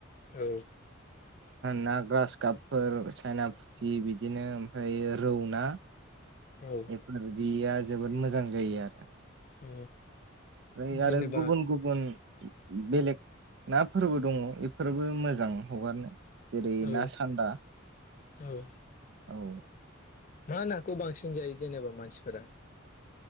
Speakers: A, on the left; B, on the right.
A: औ।
B: ना ग्रास गाबफोर साइना फुथि बिदिनो ओमफ्राय रौ ना
A: औ
B: बेफोरदिया जोबोद मोजां जायो आरो
A: औ।
B: ओमफ्राय
A: जेनेबा
B: आरो गुबुन गुबुन बेलेग नाफोरबो दङ बेफोरबो मोजां हगारनो जेरै
A: औ
B: ना सान्दा
A: औ
B: औ
A: मा नाखौ बांसिन जायो जेनेबा मानसिफोरा